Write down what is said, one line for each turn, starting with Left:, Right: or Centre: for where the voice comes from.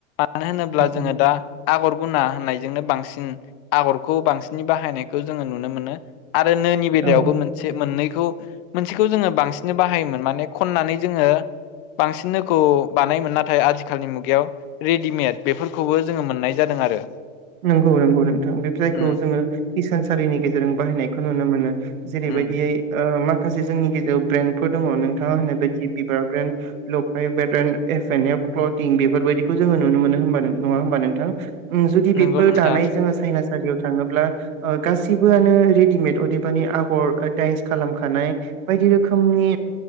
Left: मानो होनोब्ला जोङो
Right: उम
Left: दा आगर गुना होननायजोंनो बांसिन आगरखौ बांसिन बाहायनायखौ जोङो नुनो मोनो। आरो नोनि बेलायावबो
Right: औ औ।
Left: मोनसे मोननै मोनसेखौ जोङो बांसिनै बाहायोमोन माने खननानै जोङो बांसिन नोखौ बानायोन नाथाय आथिखालनि मुगायाव रि रेडिमेट बेफोरखौबो जोङो मोननाय जादों आरो।
Right: नोंगौ नोंगौ नोंथां बे जायखौ
Left: उम
Right: जोङो हिसानसालिनि गेजेरजों बाहायनायखौ नुनो मोनो। जेरैबायदियै
Left: उम
Right: ओ मा खासे जोंनि गेजेराव ब्रेन्डफोर दङ नोंथाङा होननाय बायदि बिबार ब्रेन्ड लफाय brand F N F clothing बेफोरबायदिखौ जोङो नुनो मोनो होमबा नङा होमबा नोंथां? उम जुदि
Left: नंगौ
Right: बे फोर
Left: नोंथां
Right: दानाय जोङो साइनास। बायदियाव थाङोब्ला ओ गासिबोआनो रेडिमेद अदेबानि आगर दाइस खालामखानाय बायदि रोखोमनि